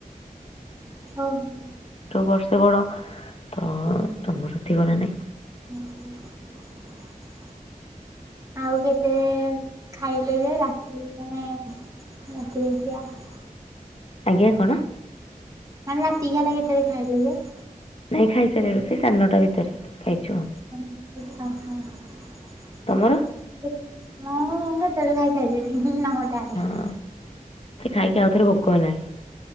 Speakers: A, on the right; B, on the left.
A: ଓହୋ।
B: ବର୍ଷେ ବଡ଼, ତ ତମର ଥିବ ନାଇଁ?
A: ହୁ ଆଉ କେତେ ଖାଇଲେ ଯେ ରାତି ମାନେ <unintelligible>
B: ଆଜ୍ଞା, କ'ଣ?
A: ମା ରାତିି ଖିଆଟା କେତେ--ଳେ ଖାଇବେ ଯେ?
B: <inaudible>
A: <unintelligible>
B: ତମର।
A: <unintelligible>
B: ହଁ ମୋତେ ଖାଇକି, ଆଉ ଥରେ ଭୋକ ହେଲାଣି।